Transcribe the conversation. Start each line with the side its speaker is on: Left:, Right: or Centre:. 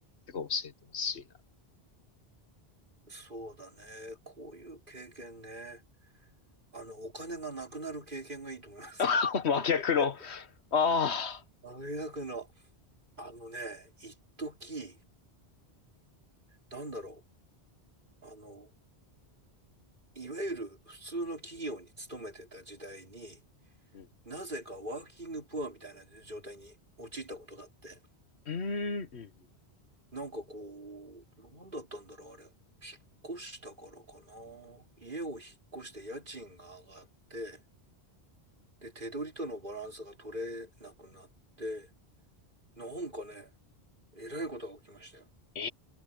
Left: すごい教えてほしいな。
Right: そうだね。こういう経験ね。あの、お金がなくなる経験がいいと思います。
Left: <laughs> 真逆の、
Right: <laughs>
Left: ああ、
Right: 大学の、あのね、一時、なんだろう。あの、いわゆる普通の企業に勤めてた時代に、
Left: うん、
Right: なぜかワーキングプアみたいな状態に陥ったことがあって、
Left: うーん、うん
Right: なんかこう、なんだったんだろう、あれ。引っ越したからかな。家を引っ越して家賃が上がって、で、手取りとのバランスが取れなくなって、なんかね、えらいことが起きましたよ。
Left: え